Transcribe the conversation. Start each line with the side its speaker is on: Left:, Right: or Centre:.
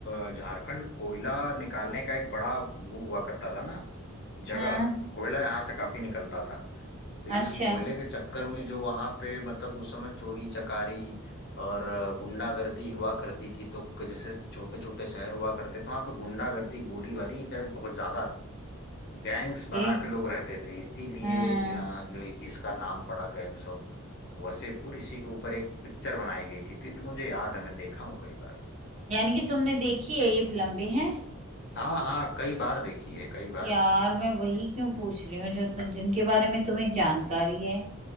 Left: अ, झारखंड कोयला निकालने का एक बड़ा वो हुआ करता था ना जगह
Right: हाँ
Left: कोयला यहाँ से काफी निकलता था तो इस
Right: अच्छा
Left: कोयले के चक्कर में जो वहां पे मतलब उस समय चोरी चकारी और अ, गुंडागर्दी हुआ करती थी तो क- जैसे छोटे छोटे शहर हुआ करते थे वहां पे गुंडागर्दी गोलीबारी ये बहुत ज्यादा गैंग्स बना
Right: के
Left: के लोग रहते थे इसीलिए
Right: हाँ
Left: अ, जो है कि इसका नाम पड़ा गैंग्स ऑफ वसेपुर इसी के ऊपर एक पिक्चर बनाई गई थी तो ये तो मुझे याद है मैं देखा हूँ कई बार
Right: यानी कि तुमने देखी है ये फिल्म भी है
Left: हाँ हाँ कई बार देखी है कई बार
Right: यार मैं वही क्यों पूछ रही हूँ जो तु- जिनके बारे में तुम्हें जानकारी है